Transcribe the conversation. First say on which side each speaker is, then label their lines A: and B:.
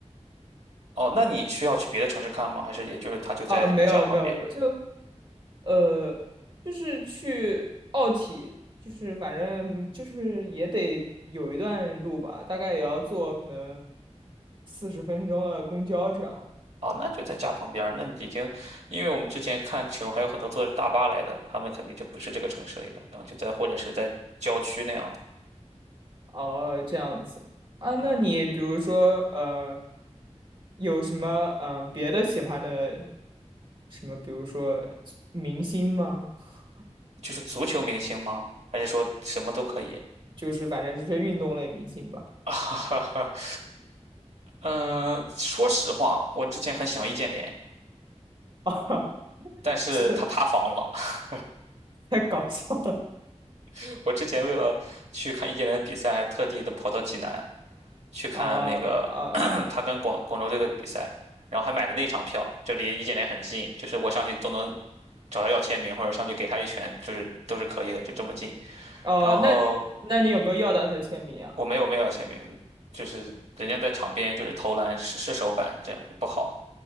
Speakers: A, on the right; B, on the right.
A: 哦，那你需要去别的城市看吗？还是也就是他就在你家旁边？
B: 啊，没有没有，我就呃，就是去奥体，就是反正就是也得有一段路吧，大概也要坐可能四十分钟的公交这样。
A: 哦，那就在家旁边儿那你已经，因为我们之前看球还有很多坐着大巴来的，他们肯定就不是这个城市里的，然后就在或者是在郊区那样的。
B: 哦，这样子啊，那你比如说呃，
A: 嗯。
B: 有什么嗯、呃别的喜欢的什么，比如说明星吗？<laughs>
A: 就是足球明星吗？还是说什么都可以？
B: 就是反正就是运动类明星吧。
A: <laughs> 嗯，说实话，我之前很喜欢易建联，
B: <laughs> 啊，
A: 但是他塌房了。
B: 是太搞笑了
A: <laughs> 我之前为了去看易建联的比赛，还特地的跑到济南去看那个
B: 啊啊
A: <clears throat> 他跟广广州队的比赛，然后还买的那场票，就离易建联很近，就是我上去都能找他要签名，或者上去给他一拳，就是都是可以的，就这么近。
B: 哦，
A: 然后
B: 那那你有没有要到他签名啊？
A: 我没有没有要签名，就是人家在场边就是投篮试失手感，这样也不好。